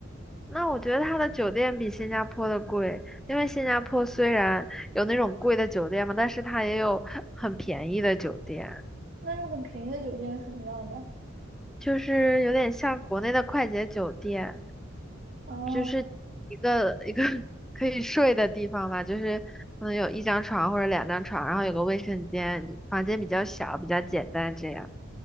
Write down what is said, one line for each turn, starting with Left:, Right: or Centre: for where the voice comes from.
Centre: 那我觉得它的酒店比新加坡的贵，因为新加坡虽然有那种贵的酒店嘛，但是它也有很便宜的酒店，
Right: 那种很便宜的酒店是什么样的？
Centre: 就是有点像国内的快捷酒店。
Right: 啊
Centre: 就是一个一个 <laughs> 可以睡的地方吧，就是可能有一张床或者两张床，然后有个卫生间，房间比较小，比较简单这样。